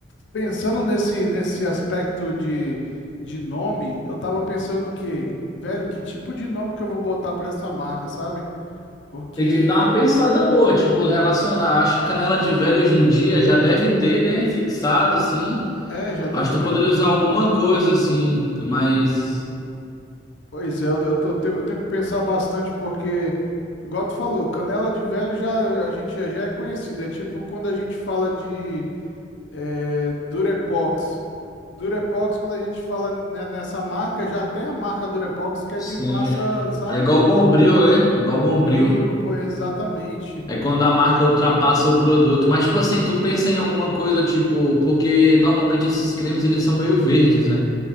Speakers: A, on the left; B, on the left.
A: pensando nesse, nesse aspecto de, de nome, eu tava pensando o quê? Velho, que tipo de nome que eu vou botar pra essa marca, sabe? Porque,
B: Tem que dar uma pensada boa, tipo, relacionar. Acho que canela de velho hoje em dia já deve ter, né? Fixado, assim.
A: é, já deve
B: Acho que
A: ter
B: tu poderia
A: um.
B: usar alguma coisa, assim, mas.
A: Pois é, eu, eu tô, eu tenho que pensar bastante porque, igual tu falou, canela de velho já a gente já já é conhecida. É tipo quando a gente fala de eh, Durepox. Durepox, quando a gente fala ne- nessa marca, já tem a marca Durepox que é
B: Sim.
A: de massa, sabe?
B: É igual o Bombril, né? É igual
A: Bombril,
B: o Bombril.
A: pô, exatamente.
B: É quando a marca ultrapassa o produto. Mas, tipo assim, tu pensa em alguma coisa, tipo, porque normalmente esses cremes eles são meio verdes, né?